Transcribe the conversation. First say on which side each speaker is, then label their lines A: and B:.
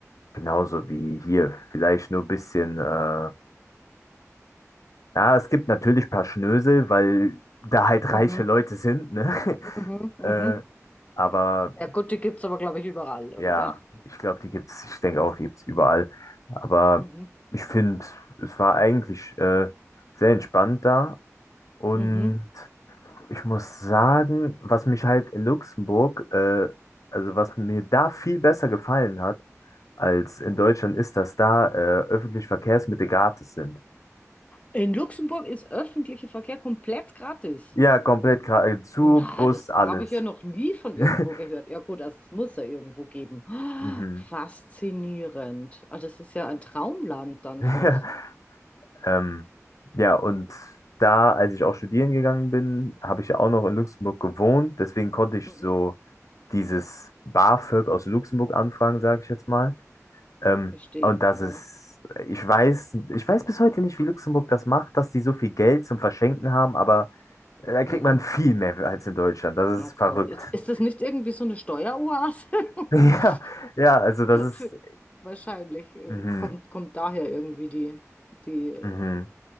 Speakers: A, on the left; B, on the left.
A: genauso wie hier, vielleicht nur ein bisschen. Äh, Ja, es gibt natürlich ein paar Schnösel, weil da halt
B: Mhm,
A: reiche Leute sind, ne? <laughs>
B: mhm, mhm.
A: Äh, aber
B: Ja gut, die gibt es aber, glaube ich, überall,
A: ja,
B: oder?
A: ich glaube, die gibt's, ich denke auch, die gibt's überall. Aber
B: Mhm,
A: ich finde, es war eigentlich äh, sehr entspannt da. Und
B: mhm.
A: ich muss sagen, was mich halt in Luxemburg, äh, also was mir da viel besser gefallen hat als in Deutschland, ist, dass da äh, öffentliche Verkehrsmittel gratis sind.
B: In Luxemburg ist öffentlicher Verkehr komplett gratis.
A: Ja, komplett gratis. Zug,
B: Na,
A: Bus,
B: das
A: alles.
B: habe ich ja noch nie von
A: <laughs>
B: irgendwo gehört. Ja gut, also es muss ja irgendwo geben.
A: Mhm.
B: Faszinierend. Also das ist ja ein Traumland dann
A: <laughs>
B: fast.
A: Ähm, ja, und da, als ich auch studieren gegangen bin, habe ich ja auch noch in Luxemburg gewohnt. Deswegen konnte ich
B: Mhm,
A: so dieses BAföG aus Luxemburg anfragen, sage ich jetzt mal. Ähm,
B: verstehe,
A: und das
B: ja.
A: ist, ich weiß, ich weiß bis heute nicht, wie Luxemburg das macht, dass die so viel Geld zum Verschenken haben, aber äh, da
B: Mhm,
A: kriegt man viel mehr als in Deutschland. Das
B: okay.
A: ist verrückt.
B: Ist, ist
A: <laughs>
B: das nicht irgendwie so eine Steueroase? <laughs>
A: Ja, ja, also das ist.
B: Für, wahrscheinlich äh,
A: Mhm,
B: kommt, kommt daher irgendwie die, die äh,
A: mhm,